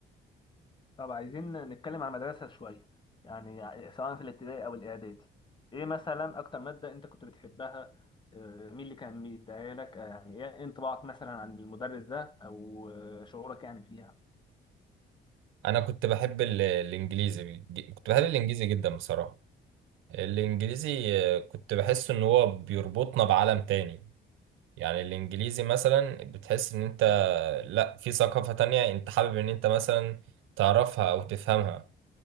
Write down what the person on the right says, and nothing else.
انا كنت بحب ال- الانجليزي بيج- كنت بحب الانجليزي جدا بصراحه الانجليزي آه، كنت بحس ان هو بيربطنا بعالم تاني يعني الانجليزي مثلا بتحس ان انت لا في ثقافه تانية انت حابب ان انت مثلا تعرفها او تفهمها